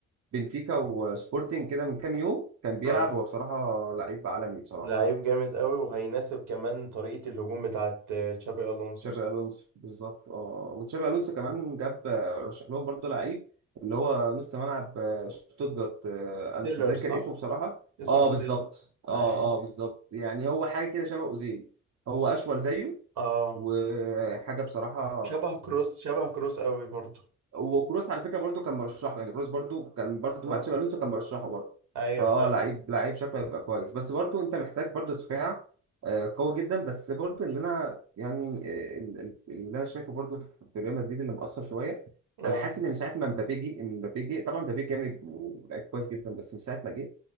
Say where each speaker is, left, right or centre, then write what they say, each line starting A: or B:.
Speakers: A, on the right; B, on the right.
A: بنفيكا وسبورتنج كده من كام يوم كان بيلعب
B: اه
A: هو بصراحه لعيب عالمي بصراحه
B: لعيب جامد قوي وهيناسب كمان طريقة الهجوم بتاعت آه، تشابي الونسو
A: تشابي الونسو بالظبط اه وتشابي الونسو كمان جاب آه، رشح لهم برضو لعيب اللي هو نص ملعب آه، شتوتجارت آه،
B: ستيلر
A: انا مش متذكر
B: صح
A: اسمه بصراحه
B: اسمه
A: اه
B: ستيلر
A: بالظبط اه
B: ايوه
A: اه بالظبط يعني هو حاجه كده شبه اوزيل هو اشول زيه
B: اه
A: وحاجه بصراحه
B: شبه كروس شبه كروس قوي برضه
A: وكروس على فكره برضو كان مرشحه يعني كروس برضو كان برضو
B: بالظبط
A: مع تشابي الونسو كان مرشحه برضو
B: ايوه
A: فاه
B: فعلا
A: لعيب لعيب شكله هيبقى كويس بس برضو انت محتاج برضو دفاع آه، قوي جدا بس برضو اللي انا يعني آه، ال- ال- اللي انا شايفه برضو في ريال مدريد اللي مأثر شويه
B: اه
A: انا حاسس ان من ساعه ما مبابي جه إن مبابي جه طبعا مبابي جامد ولعيب كويس جدا بس من ساعه ما جه